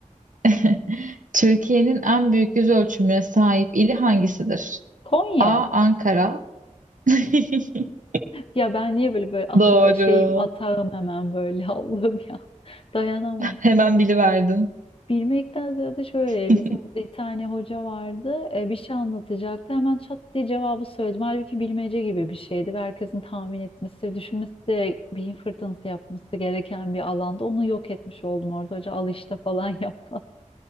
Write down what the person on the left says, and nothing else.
Konya.
Ya ben niye böyle böyle ata
şeyim atağım hemen böyle <laughs> Allah'ım ya. Dayanamam.
Bilmekten ziyade şöyle
bizim bir tane hoca vardı e, bir şey anlatacaktı hemen çat diye cevabı söyledim. Halbuki bilmece gibi bir şeydi ve herkesin tahmin etmesi, düşünmesi, beyin fırtınası yapması gereken bir alanda onu yok etmiş oldum orada hoca al işte falan yaptı.